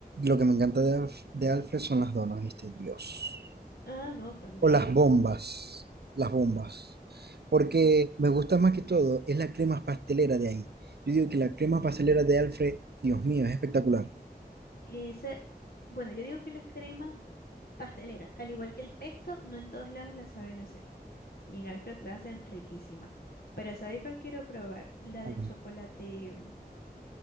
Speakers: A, on the right; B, on the left.
A: lo que me encanta de, Alf- de Alfred son las donas, ¿viste? Dios.
B: Ah, no, también.
A: O las bombas. Las bombas. Porque me gusta más que todo es la crema pastelera de ahí. Yo digo que la crema pastelera de Alfred, Dios mío, es espectacular.
B: Esa, bueno, yo digo que las cremas pasteleras, al igual que el pesto, no en todos lados las saben hacer. Y en Alfred la hacen riquísima. Pero ¿sabes cuál quiero probar? La
A: Ujú.
B: de chocolate, mm,